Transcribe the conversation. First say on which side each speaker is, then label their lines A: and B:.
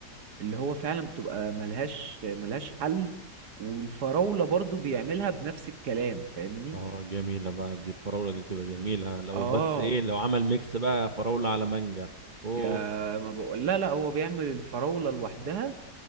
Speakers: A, on the right; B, on the right.
A: اللي هو فعلا بتبقى ملهاش ملهاش حل والفراولة برضو بيعملها بنفس الكلام فاهمني
B: اه جميله بقى دي الفراوله دي بتبقى جميله لو
A: اه
B: بس ايه لو عمل ميكس بقى فراوله على مانجا اوه
A: يا ما بقول لا لا هو بيعمل الفراولة لوحدها